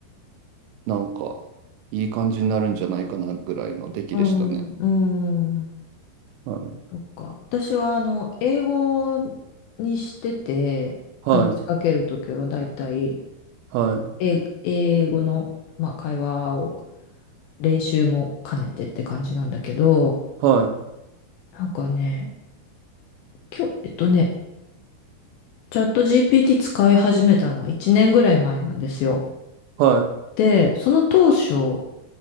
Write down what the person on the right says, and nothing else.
なんか、いい感じになるんじゃないかなぐらいの出来でしたね。
はい。
はい。はい。
はい。
は